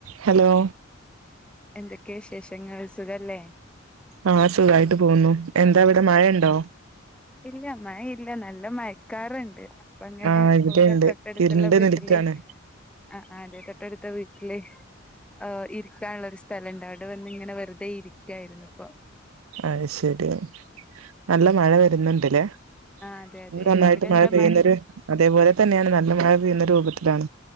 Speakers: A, on the right; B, in the centre.
A: Hello
B: എന്തൊക്കെ വിശേഷങ്ങൾ സുഖല്ലേ
A: ആഹ് സുഖായിട്ട് പോവുന്നു എന്താ അവിടെ മഴണ്ടോ?
B: ഇല്ല മഴ ഇല്ല നല്ല മയക്കാറ്ണ്ട്. പ്പ ങ്ങനെ
A: ആ ഇവിടെണ്ട്
B: ഇവിടെ തൊട്ടടുത്തുള്ള
A: ഇരുണ്ട്
B: വീട്ടില്
A: നിൽക്കാണ്
B: ആഹ് ആഹ് അതേ തൊട്ടടുത്ത വീട്ടില് ഓ ഇരിക്കാനുള്ള ഒരു സ്ഥലണ്ട് അവ ഇവിടെ വന്ന്ങ്ങനെ വെറുതെ ഇരിക്കായിരുന്നുപ്പൊ
A: അഹ് ശരി നല്ല മഴവരുന്നുണ്ട്ല്ലേ
B: ആ അതെ അതെ
A: ഇന്ന് നന്നായിട്ട്
B: അവിടെ
A: മഴ
B: എന്താ
A: പെയ്യുന്ന
B: മ
A: ഒരു അതേപോലെ തന്നെയാണ് നല്ല മഴ പെയ്യുന്ന രൂപത്തിലാണ്